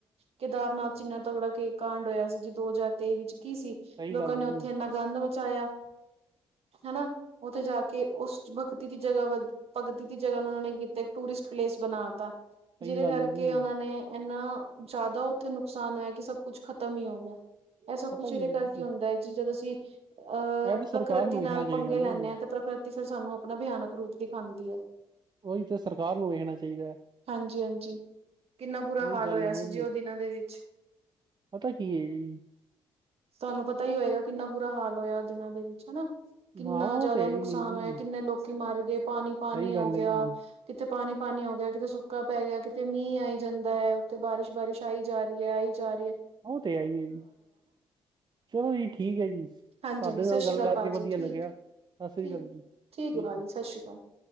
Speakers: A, on the right; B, on the right.
A: ਕੇਦਾਰਨਾਥ ਚ ਕਿੰਨਾ ਤਗੜਾ ਕੇ ਕਾਂਡ ਹੋਇਆ ਸੀ ਜੀ ਦੋ ਹਜ਼ਾਰ ਤੇਈ ਵਿੱਚ। ਕੀ ਸੀ।
B: ਸਹੀ
A: ਲੋਕਾ
B: ਗੱਲ
A: ਨੇ
B: ਹੈ ਜੀ
A: ਓਥੇ ਐਨਾ ਗੰਦ ਮਚਾਇਆ। ਹਨਾ ਉਥੇ ਜਾ ਕੇ ਉਸ ਭਗਤੀ ਦੀ ਜਗ੍ਹਾ ਭਗਤੀ ਦੀ ਜਗ੍ਹਾ ਨੂੰ ਉਹਨਾਂ ਨੇ ਕੀਤਾ। ਡਿਸ਼ਪਲੇਸ ਬਣਾ ਤਾਂ
B: ਸਹੀ
A: ਜਿਹਦੇ
B: ਗੱਲ
A: ਕਰਕੇ
B: ਹੈ ਜੀ
A: ਉਹਨਾਂ ਨੇ ਐਨਾ। ਜ਼ਿਆਦਾ ਉੱਥੇ ਨੁਕਸਾਨ ਐ ਕਿ ਸਭ ਕੁਛ ਖਤਮ ਹੀ ਹੋ ਗਿਆ। ਇਹ ਸਭ
B: ਪਤਾ
A: ਕੁਛ
B: ਕੀ
A: ਉਹਦੇ
B: ਹੈ?
A: ਕਰਕੇ ਹੁੰਦਾ ਐ ਜੀ ਜਦੋਂ ਅਸੀਂ ਅਹ
B: ਇਹ ਵੀ ਸਰਕਾਰ
A: ਪ੍ਰਕਿਰਤੀ
B: ਨੂੰ ਵੇਖਣਾ
A: ਨਾਲ
B: ਚਾਹੀਦਾ
A: ਪੰਗੇ
B: ਨਾ
A: ਲੈਂਣੇ
B: ਜੀ
A: ਆ ਤੇ ਪ੍ਰਕਿਰਤੀ ਫਿਰ ਸਾਨੂੰ ਆਪਣਾ ਭਿਆਨਕ ਰੂਪ ਦਿਖਾਂਦੀ ਐ।
B: ਉਹੀ ਤੇ ਸਰਕਾਰ ਨੂੰ ਵੇਖਣਾ ਚਾਹੀਦਾ।
A: ਹਾਂਜੀ-ਹਾਂਜੀ, ਕਿੰਨਾ ਬੁਰਾ
B: ਉਹੀ
A: ਹਾਲ
B: ਗੱਲ
A: ਹੋਇਆ
B: ਹੈ ਨਾ
A: ਸੀ ਜੀ ਉਹ ਦਿਨਾਂ ਦੇ ਵਿੱਚ।
B: ਪਤਾ ਕੀ ਐ ਜੀ।
A: ਤੁਹਾਨੂੰ ਪਤਾ ਈ ਹੋਏਗਾ ਕਿੰਨਾ ਬੁਰਾ ਹਾਲ ਹੋਇਆ ਓਹ ਦਿਨਾਂ ਦੇ ਵਿੱਚ ਹਨਾ। ਕਿੰਨਾ
B: ਹਾਂ ਉਹ
A: ਜ਼ਿਆਦਾ
B: ਤੇ ਹੈ
A: ਨੁਕਸਾਨ
B: ਹੀ ਹੈ ਜੀ
A: ਹੋਇਆ ਕਿੰਨੇ ਲੋਕ ਮਰ ਗਏ ਪਾਣੀ, ਪਾਣੀ
B: ਸਹੀ ਗੱਲ
A: ਹੋ ਗਿਆ
B: ਹੈ ਜੀ
A: ਕਿੱਥੇ ਪਾਣੀ, ਪਾਣੀ ਹੋ ਗਿਆ ਕਿਤੇ ਸੁੱਕਾ ਪੈ ਗਿਆ। ਕਿਤੇ ਮੀਂਹ ਆਈ ਜਾਂਦਾ ਉੱਥੇ ਬਾਰਿਸ਼, ਬਾਰਿਸ਼ ਆਈ ਜਾ ਰਹੀ ਆ ਆਈ ਜਾ ਰਹੀ ਆ।
B: ਉਹ ਤੇ ਹੈਈ ਆ ਜੀ ਚਲੋ ਜੀ ਠੀਕ ਐ ਜੀ। ਤੁਹਾਡੇ
A: ਹਾਂਜੀ-ਹਾਂਜੀ, ਸਤਿ
B: ਨਾਲ
A: ਸ਼੍ਰੀ
B: ਗੱਲ
A: ਅਕਾਲ
B: ਕਰਕੇ
A: ਭਾਜੀ
B: ਵਧੀਆ
A: ਠੀਕ
B: ਲੱਗਿਆ ਸਤਿ ਸ੍ਰੀ
A: ਠੀਕ,
B: ਅਕਾਲ ਜੀ
A: ਠੀਕ ਐ ਭਾਜੀ
B: ਹੈ।
A: ਸਤਿ ਸ਼੍ਰੀ ਅਕਾਲ। <inaudible>